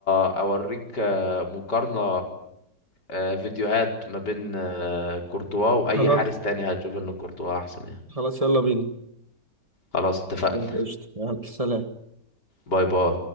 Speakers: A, on the left; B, on the right.
A: اوريك آه، مقارنة آه، فيديوهات ما بين آه، كورتوا واي
B: خلاص
A: حارس تاني هتشوف ان كورتوا احسن يعني
B: خلاص يلا بينا
A: خلاص اتفقنا
B: خلاص، قشطة يلا سلام
A: باي باي